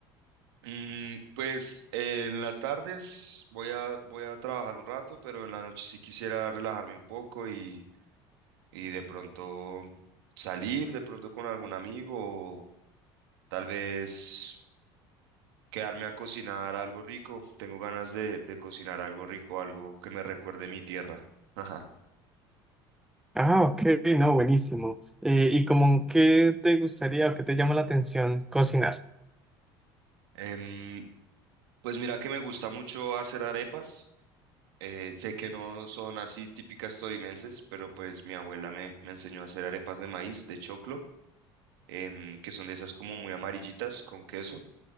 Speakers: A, on the right; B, in the centre.
A: Mm, pues en las tardes voy a, voy a trabajar un rato, pero en la noche sí quisiera relajarme un poco y, y de pronto salir, de pronto con algún amigo o tal vez quedarme a cocinar algo rico. Tengo ganas de, de cocinar algo rico, algo que me recuerde mi tierra. <laughs>
B: Ah, ok, no, buenísimo. Eh, ¿y como qué te gustaría o qué te llama la atención cocinar?
A: Em, pues mira que me gusta mucho hacer arepas. Eh, sé que no son así típicas tolimenses, pero pues mi abuela me, me enseñó a hacer arepas de maíz, de choclo, em, que son de esas como muy amarillitas con queso.